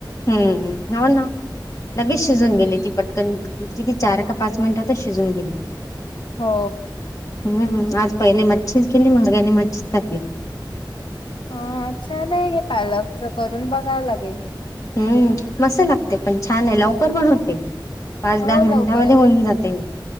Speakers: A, on the left; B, on the left.
A: हम्म हो ना लगेच शिजवून
B: हम्म
A: गेली ती पटकन किती चार का पाच मिनिटातच शिजून गेली.
B: हो
A: हम् आज पहिले मच्छीच केली मुलग्याने मच्छीच खाल्ली.
B: हा छान आहे हे पालकच करून बघा लगे.
A: हम्म मस्त लागते पण छान आहे लवकर बघा की. पाच
B: हो
A: दहा मिनिटांमध्ये
B: लवकर
A: होऊन जाते.